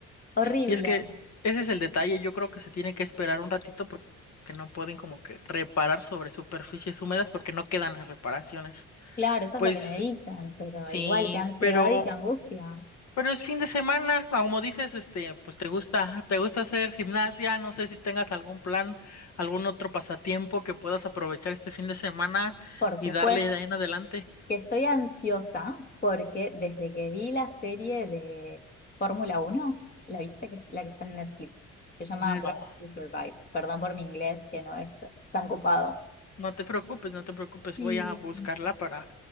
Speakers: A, on the left; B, on the left.
A: Horrible.
B: y es que ese es el detalle, yo creo que se tiene que esperar un ratito por- porque no pueden como que reparar sobre superficies húmedas porque no quedan las reparaciones.
A: Claro, eso
B: Pues
A: es lo que me dicen, pero
B: sí,
A: igual qué ansiedad
B: pero,
A: y qué angustia.
B: pero es fin de semana, ah, como dices, este, pues te gusta, te gusta hacer gimnasia, no sé si tengas algún plan, algún otro pasatiempo que puedas aprovechar este fin de semana
A: Por supuesto
B: y darle de ahí en adelante.
A: que estoy ansiosa porque desde que vi la serie de Fórmula Uno, la viste que la que está en Netflix, se llama
B: No,
A: Drive to Survive. Perdón por mi inglés que no es t- tan copado.
B: no te preocupes, no te preocupes.
A: Y
B: Voy a buscarla para,